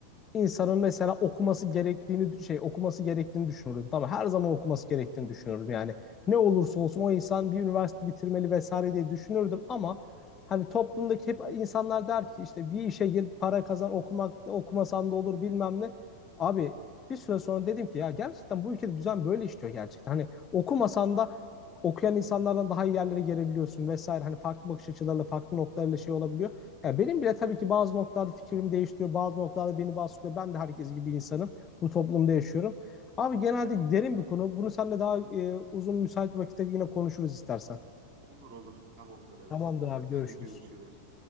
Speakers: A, on the left (about 25°); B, on the right (about 30°).
A: insanın mesela okuması gerektiğini şey okuması gerektiğini düşünürdüm. Tamam her zaman okuması gerektiğini düşünürdüm. Yani ne olursa olsun o insan bir üniversite bitirmeli vesaire diye düşünürdüm ama hani toplumdaki hep insanlar der ki işte bir işe gir, para kazan, okumak okumasan da olur bilmem ne. Abi bir süre sonra dedim ki ya gerçekten bu ülkede düzen böyle işliyor gerçekten. Hani okumasan da okuyan
B: Hı hı.
A: insanlardan daha iyi yerlere gelebiliyorsun vesaire. Hani farklı bakış açılarıyla, farklı noktalarıyla şey olabiliyor. Ya benim bile tabii ki bazı noktalarda fikrim değiştiriyor, bazı noktalarda beni baskılıyor. Ben de herkes gibi insanım. Bu toplumda yaşıyorum. Abi genelde derin bir konu. Bunu seninle daha e, uzun müsait bir vakitte yine konuşuruz istersen.
B: Olur olur. Tamamdır Enes.
A: Tamamdır abi görüşürüz.
B: Hadi görüşürüz.